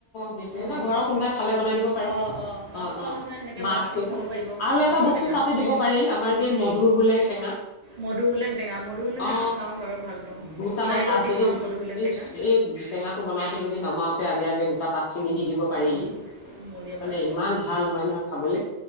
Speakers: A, on the left; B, on the right.
A: সেইটোয়ে
B: অঁ
A: ন ঘৰৰ কোনোবাই খালে বনাই দিব পাৰাৰে
B: অঁ অঁ মাছ
A: অ
B: খোৱা
A: অ
B: মানুহে সেনেকৈ
A: মাছটো
B: মাছ দি খাব পাৰিব
A: আৰু
B: মাছৰ
A: এটা বস্তু
B: টেঙা
A: তাতে দিব পাৰি আমাৰ যে মধু হোলেং টেঙা
B: মধু হু লং দেঙা মধু
A: অ
B: টেঙা খাওঁ বাৰু ভাল পাওঁ
A: দুটামান
B: দাইলত
A: পাত
B: দি
A: যদি
B: খাওঁ মধুসোলেং
A: এই
B: টেঙা
A: এই টেঙাটো বনাওতে যদি নমাওঁতে আগে আগে দুটা পাত চিঙি দি দিব পাৰি
B: উম, কোমলীয়া
A: মানে
B: পাত
A: ইমান ভাল হয় নহয় খাবলে